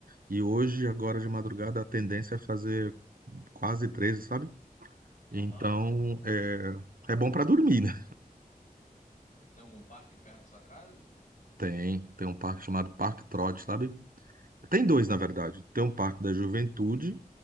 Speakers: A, on the right; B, on the left.
A: E hoje, agora de madrugada, a tendência é fazer quase 13, sabe?
B: uhum.
A: Então, é, é bom pra dormir, né?
B: Tem algum parque perto da sua casa?
A: Tem, tem um parque chamado Parque Trote, sabe? Tem dois, na verdade. Tem um Parque da Juventude,